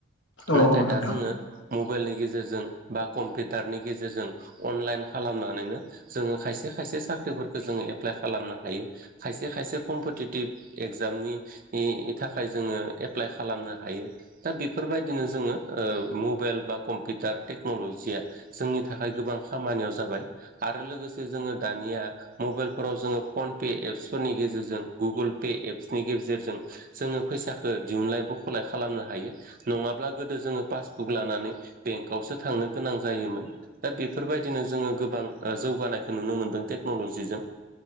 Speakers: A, on the left; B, on the right.
A: औ
B: नाथाय
A: औ नोंथां
B: दा जोङो मबाइलनि गेजेरजों बा कम्पिउटारनि गेजेरजों अनलाइन खालामनानैनो जोङो खायसे खायसे साख्रिफोरखौ जोङो एप्लाइ खालामनो हायो खायसे खायसे कम्पिटिटिभ एगजामनि नि थाखाय जोङो एप्लाइ खालामनो हायो दा बेफोरबायदिनो जोङो ओ मबेइल कम्पिउटार टेक्न'लजिया जोंनि थाखाय गोबां खामानियाव जाबाय आरो लोगोसे जोङो दा दानिया मबाइलफोराव जोङो फन पे एप्सफोरनि गेजेरजों गुगोल पे एप्सनि गेजेरजों जोङो फैसाखौ दिहुनलाय बख'लाय खालामनो हायो नङाब्ला गोदो जोङो पासबुक लानानै बेंकआवसो थांनो गोनां जायोमोन। दा बेफोरबायदिनो जोङो गोबां जौगानायखौ नुनो मोनदों। टेखन'ल'जिजों